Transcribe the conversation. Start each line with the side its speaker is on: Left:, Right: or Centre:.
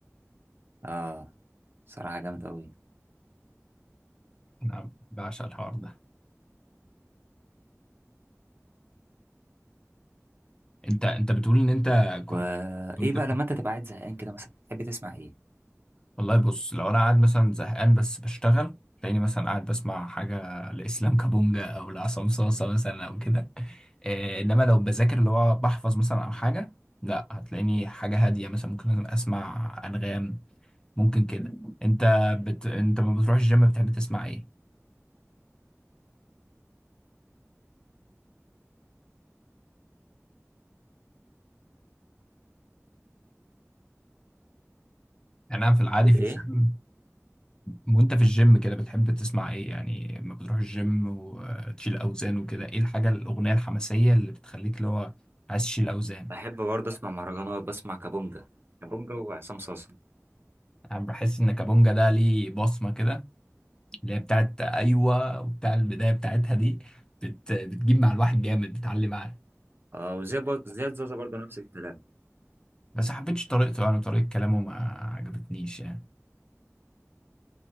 Right: اه صراحة جامد أوي
Left: انا بعشق الحوار ده انت انت بتقول ان انت كنت
Right: وإيه
Left: كنت
Right: بقى
Left: كنت-
Right: لما أنت تبقى قاعد زهقان كده مثلا تحب تسمع إيه؟
Left: والله بص لو انا قاعد مثلا زهقان بس بشتغل تلاقيني مثلا قاعد بسمع حاجه لاسلام كابونجا او لعصام صاصه مثلا او كده إيه انما لو بذاكر اللي هو بحفظ مثلا او حاجه لا هتلاقيني حاجه هاديه مثلا ممكن اسمع انغام ممكن كده انت بت... انت ما بتروحش الجيم بتحب تسمع ايه يعني انا في العادي
Right: تقول
Left: في
Right: ايه
Left: الجيم وانت في الجيم كده بتحب تسمع ايه يعني لما بتروح الجيم وتشيل اوزان وكده ايه الحاجه الاغنيه الحماسيه اللي بتخليك اللي هو عايز تشيل اوزان
Right: بحب برضه اسمع مهرجانات بسمع كابونجا كابونجا وعصام صاصا
Left: انا بحس ان كابونجا ده ليه بصمه كده اللي هي بتاعت ايوه وبتاع البدايه بتاعتها دي بت... بتجيب مع الواحد جامد بتعلي معاه
Right: اه وزي ب... زياد زازا برضه نفس الكلام
Left: بس ما حبيتش طريقته يعني وطريقه كلامه ما عجبتنيش يعني